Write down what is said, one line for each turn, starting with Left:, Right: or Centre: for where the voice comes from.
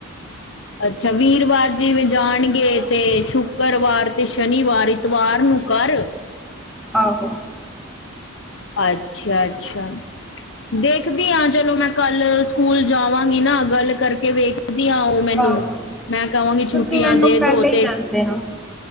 Left: ਅੱਛਾ ਵੀਰਵਾਰ ਜਿਵੇਂ ਜਾਣਗੇ 'ਤੇ ਸ਼ੁੱਕਰਵਾਰ 'ਤੇ ਸ਼ਨੀਵਾਰ, ਇਤਵਾਰ ਨੂੰ ਘਰ।
Centre: ਆਹੋ।
Left: ਅੱਛਾ-ਅੱਛਾ। ਦੇਖਦੀ ਆ ਚਲੋ ਮੈਂ ਕੱਲ ਸਕੂਲ ਜਾਵਾਂਗੀ ਨਾ ਗੱਲ ਕਰਕੇ ਵੇਖ ਦੀਆਂ ਓ ਮੈਨੂੰ
Centre: ਆਹੋ
Left: ਮੈਂ ਕਵਾਂਗੀ
Centre: ਤੁਸੀਂ
Left: ਛੁੱਟੀਆਂ
Centre: ਮੈਨੂੰ
Left: ਦੇ
Centre: ਪਹਿਲੇ
Left: ਦੋ 'ਤੇ
Centre: ਹੀ ਦੱਸ ਦੇਣਾ